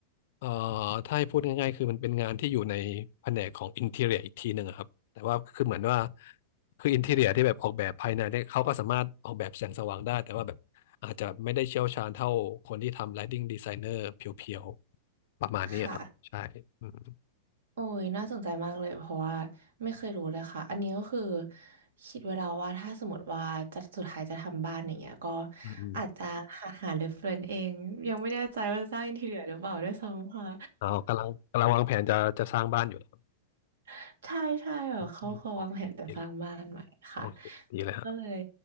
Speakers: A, on the left; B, on the right.
A: เอ่อถ้าให้พูดง่ายๆคือมันเป็นงานที่อยู่ในแผนกของอินทีเรียอีกทีหนึ่งอะครับแต่ว่าคือเหมือนว่าคืออินทีเรียที่แบบออกแบบภายในเนี่ยเขาก็สามารถออกแบบแสงสว่างได้แต่ว่าแบบอาจจะไม่ได้เชี่ยวชาญเท่าคนที่ทำ Lighting Designer เพียวๆประมาณนี้อะครับใช่อืม
B: ค่ะ โอ้ยน่าสนใจมากเลยเพราะว่าไม่เคยรู้เลยค่ะอันนี้ก็คือคิดไว้แล้วว่าถ้าสมมติว่าจะสุดท้ายจะทำบ้านอย่างเงี้ยก็
A: อืมอืม
B: อาจจะหาหาเรฟเฟรนซ์เองยังไม่แน่ใจว่าจะสร้างอินทีเรียหรือเปล่าด้วยซ้ำค่ะ
A: เอากำลังกำลังวางแผนจะจะสร้างบ้านอยู่แล้วครับ
B: <laughs> ใช่ใช่แบบเขาควรวางแผนจะสร้างบ้านใหม่ค่ะ
A: อืมโอเคดีเลยโอเคดีเลยฮะ
B: ก็เลย